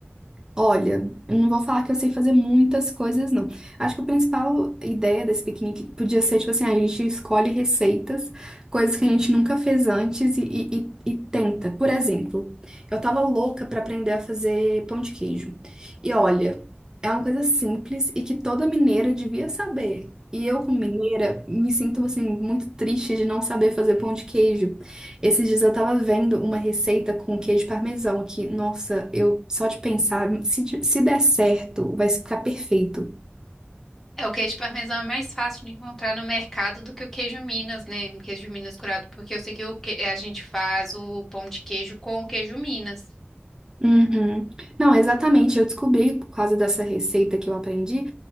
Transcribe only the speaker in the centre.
É, o queijo parmesão é mais fácil de encontrar no mercado do que o queijo Minas, né? O Queijo Minas curado, porque eu sei que, o que a gente faz o pão de queijo com o queijo Minas.